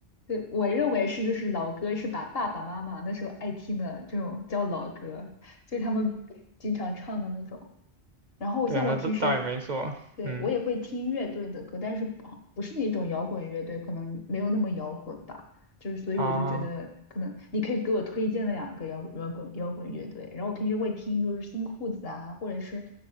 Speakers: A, on the left (about 65°); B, on the right (about 50°).
A: 对，我认为是就是老歌是把爸爸妈妈那时候爱听的这种叫老歌，就是他们经常唱的那种。然后我像我平时
B: 对啊那倒倒也没错，
A: 对我也会听乐队的歌，
B: 嗯
A: 但是不不是那种摇滚乐队，可能没有那么摇滚吧。就是所以我就觉得可能你可以给我推荐了两个摇滚摇滚摇滚乐队，
B: 啊
A: 然后我平时会听就是新裤子啊，或者是